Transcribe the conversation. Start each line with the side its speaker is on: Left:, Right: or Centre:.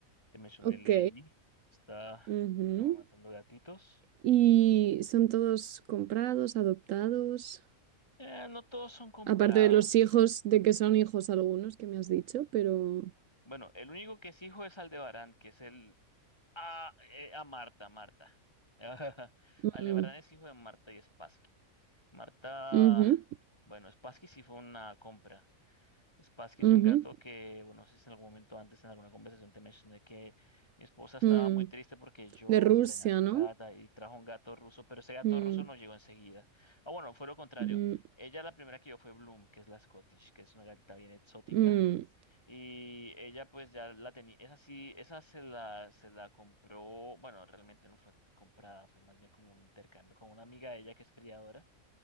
Left: te mencioné
Right: Ok.
Left: Lady. Está
Right: ujú.
Left: amamantando gatitos.
Right: Y son todos comprados, adoptados.
Left: Eh, no todos son comprados.
Right: Aparte de los hijos, de que son hijos algunos que me has dicho, pero.
Left: Bueno, el único que es hijo es Aldebarán, que es el... Ah, eh, a Marta, Marta. <laughs>
Right: mm,
Left: Aldebarán es hijo de Marta y Spassky. Marta...
Right: ujú,
Left: Bueno, Spassky sí fue una compra. Spassky es
Right: ujú,
Left: un gato que, bueno, no sé si en algún momento antes en alguna conversación te mencioné que mi esposa estaba
Right: mm.
Left: muy triste porque yo
Right: De Rusia,
Left: extrañaba a mi
Right: ¿no?
Left: gata y trajo un gato ruso, pero ese gato
Right: Mm,
Left: ruso no llegó enseguida. Ah, bueno, fue lo contrario.
Right: mm,
Left: Ella la primera que yo fue Bloom, que es la Scottish, que es una gatita bien exótica.
Right: mm.
Left: Y ella pues ya la tenía, esa sí, esa se la, se la compró, bueno, realmente no fue comprada, fue más bien como un intercambio con una amiga de ella que es criadora.